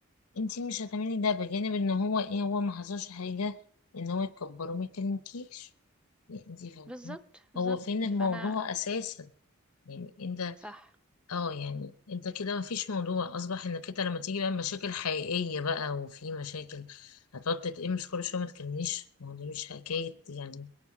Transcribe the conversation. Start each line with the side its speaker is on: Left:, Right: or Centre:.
Left: انت مش هتعملي ده بجانب ان هو ايه هو ما حصلش حاجه ان هو يكبره ما يكلمكيش يعني انت فاهمين
Centre: بالظبط بالظبط
Left: هو فين الموضوع
Centre: فانا
Left: اساسا يعني انت
Centre: صح
Left: اه يعني انت كده ما فيش موضوع اصبح انك انت لما تيجي بقى مشاكل حقيقية بقى وفي مشاكل هتقعد تتقمش كل شوية ما تكلمنيش ما هو دي مش حكاية يعني